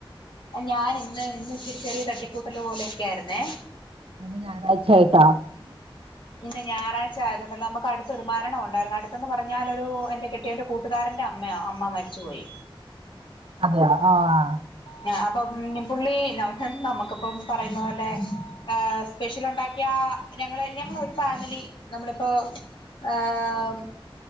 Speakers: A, on the left; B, on the right.
A: ഏഹ് ഞാൻ ഇന്ന് ഇന്ന് ഇച്ചിരി ചെറിയ തട്ടിക്കൂട്ടല് പോലെയൊക്കെ ആയിര്ന്നേ
B: ഇന്ന് ഞായറാഴ്ച്യായിട്ടാ
A: ഇന്ന് ഞായറാഴ്ച ആയത് കൊണ്ടല്ല, നമുക്ക് അടുത്ത് ഒരു മരണം ഉണ്ടായിരുന്നു. അടുത്തെന്ന് പറഞ്ഞാലൊരു എന്റെ കെട്ട് ട്ട്യോൻ്റെ കൂട്ടുകാരന്റെ അമ്മയാ, അമ്മ മരിച്ചുപോയി.
B: അതെയോ ആഹ്
A: ഞാ അപ്പം ന് പുള്ളി നം നമ്മക്ക്പ്പം പറയുന്ന പോലെ ഏഹ്, സ്പെഷ്യലുണ്ടാക്കിയാ ഞങ്ങള് ഞങ്ങളൊരു ഫാമിലി നമ്മളിപ്പോ ആം